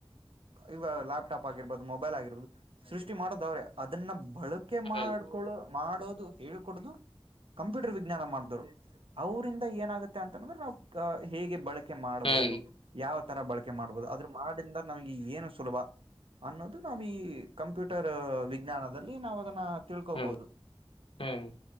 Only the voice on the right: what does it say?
ಇವ ಲ್ಯಾಪ್ಟಾಪ್ ಆಗಿರ್ಬಹದು ಮೊಬೈಲ್ ಆಗಿರ್ಬಹದು ಸೃಷ್ಟಿ ಮಾಡೋದು ಅವ್ರೇ ಅದನ್ನ ಬಳಕೆ
ಮಾಡ್ಕೊಳೋ ಮಾಡೋದು ಹೇಳ್ಕೊದು ಕಂಪ್ಯೂಟರ್ ವಿಜ್ಞಾನ ಮಾಡ್ರು ಅವ್ರಂದ ಏನಾಗುತ್ತೆ ಅಂತಂದ್ರೆ ನಾವು ಹೇಗೆ ಬಳಕೆ ಬಕೆ ಮಾಡಬಹುದು
ಯಾವ ತರ ಬಳಕೆ ಮಾಡ್ಬಹುದು ಅದ್ರ ಮಾಡದಿಂದ ನಮಗೆ ಏನು ಸುಲಭ ಅನ್ನೋದು ನಾವು ಈ ಕಂಪ್ಯೂಟರ್ ವಿಜ್ಞಾನದಲ್ಲಿ ನಾವು ಅದನ್ನ ತಿಳ್ಕೋಬಹುದು